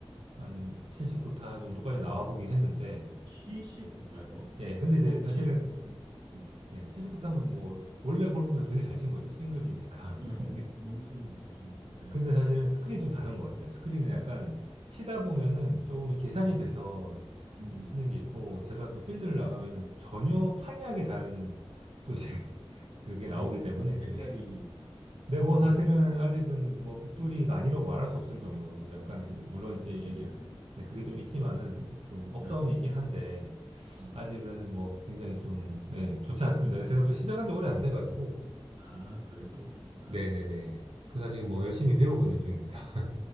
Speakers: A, on the right; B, on the right.
A: 한 79타 정도까지 나와 보긴 했는데,
B: 79타요?
A: 예, 근데 이제
B: 그럼
A: 사실은,
B: 70, 음, 예.
A: 예, 79탐은 뭐, 원래 골프면 되게 잘 친 거죠. 싱글이니까.
B: 네,
A: <laughs> 근데,
B: 엄, 엄청 잘 치는 거죠. 예.
A: 근데 사실은 스크린이 좀 다른 것 같아요. 스크린은 약간 치다
B: 아,
A: 보면은 조금 계산이
B: 네.
A: 돼서
B: 음,
A: 좀 치는 게 있고, 제가 또 필드를
B: 네.
A: 나가면은 전혀 판이하게 다른 또 이제 <laughs> 그게
B: 아,
A: 나오기
B: 그러면 이제
A: 때문에.
B: 세
A: 예.
B: 자리,
A: 근데 뭐
B: 세
A: 사실은
B: 자리.
A: 아직은
B: 음.
A: 뭐 백돌이가 아니라고 말할 수 없을 정도로 약간,
B: 아,
A: 물론 이제
B: 진짜요?
A: 얘기를, 네, 그게 좀 있지만은 좀 업다운이
B: 네.
A: 있긴 한데,
B: 아,
A: 아직은 뭐 굉장히 좀, 예, 좋지 않습니다. 제가 또 시작한 지 오래 안 돼가지고,
B: 아, 그래서 그러시구나.
A: 네네네.
B: 네.
A: 그래서 아직 뭐 열심히 배우고
B: 네.
A: 있는 중입니다.